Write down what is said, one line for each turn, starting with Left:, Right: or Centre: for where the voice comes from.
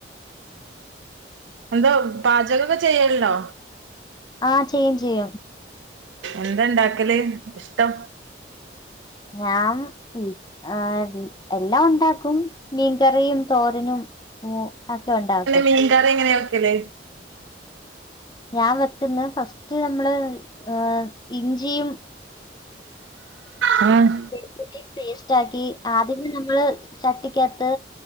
Right: എന്തോ പാചകോക്കെ ചെയ്യല്ലോ
Left: ആഹ് ചെയ്യും ചെയ്യും
Right: എന്തണ്ടാക്കല് ഇഷ്ടം
Left: ഞാൻ ഇ ഏഹ് എല്ലാം ഒണ്ടാക്കും മീൻകറിയും തോരനും ഉം ഒക്കെ ഉണ്ടാക്കും
Right: മീൻകറി കറി എങ്ങനെ വെക്കല്?
Left: ഞാൻ വെക്കുന്നത് ഫസ്റ്റ് നമ്മള് ഏഹ് ഇഞ്ചിയും
Right: അതാണ്
Left: വെളുതുള്ളി പേസ്റ്റ് ആക്കി ആദ്യമേ നമ്മള് ചട്ടിക്കാത്ത്